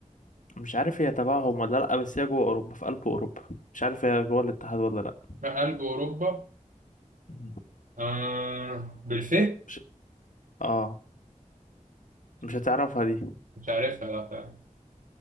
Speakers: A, on the left; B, on the right.
A: مش عارف هي تبعهم ولا لا بس هي جوه اوروبا في قلب اوروبا مش عارف هي جوه الاتحاد ولا لا
B: لا قلب اوروبا
A: مم.
B: آه بالفه
A: مش اه مش هتعرفها دي
B: مش عارفها لا فعلا